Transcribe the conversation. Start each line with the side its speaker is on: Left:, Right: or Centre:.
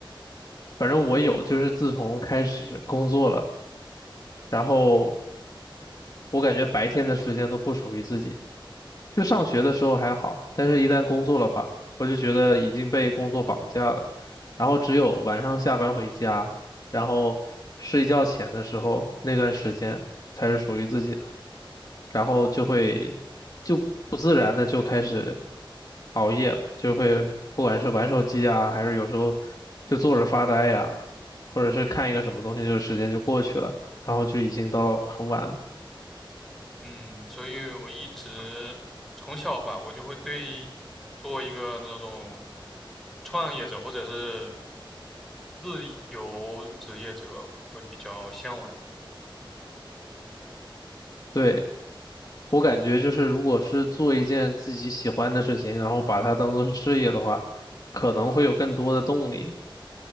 Left: 反正我有，就是自从开始工作了，然后我感觉白天的时间都不属于自己。就上学的时候还好，但是一旦工作了吧，我就觉得已经被工作绑架了。然后只有晚上下班回家，然后睡觉前的时候那段时间才是属于自己的，然后就会就不自然的就开始熬夜了，就会不管是玩手机呀，还是有时候就坐着发呆呀，或者是看一个什么东西，就时间就过去了，然后就已经到很晚了。
Centre: 嗯，所以我一直从小吧，我就会对做一个那种创业者或者是自由职业者会比较向往一点。
Left: 对。我感觉就是，如果是做一件自己喜欢的事情，然后把它当做是事业的话，可能会有更多的动力。